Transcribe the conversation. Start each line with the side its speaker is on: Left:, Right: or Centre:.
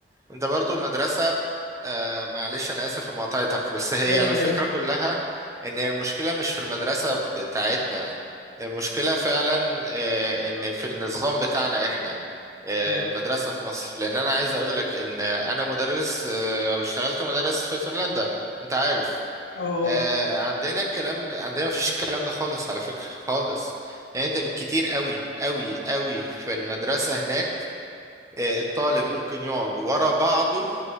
Right: انت برضو مدرسة آه معلش انا اسف لمقاطعتك بس هي
Left: لا لا
Right: الفكرة
Left: ولا يهمك
Right: كلها ان هي المشكلة مش في المدرسة بتاعتنا المشكلة فعلا آه ان في النظام بتاعنا احنا آه
Left: اه
Right: المدرسة في مصر لان انا عايز اقول لك ان انا مدرس آه او اشتغلت مدرس في فنلندا انت عارف
Left: اه آه.
Right: آه عندنا الكلام عندنا مفيش الكلام ده خالص على فكرة خالص يعني انت بالكتير قوي قوي قوي في المدرسة هناك آه، الطالب ممكن يقعد ورا بعضه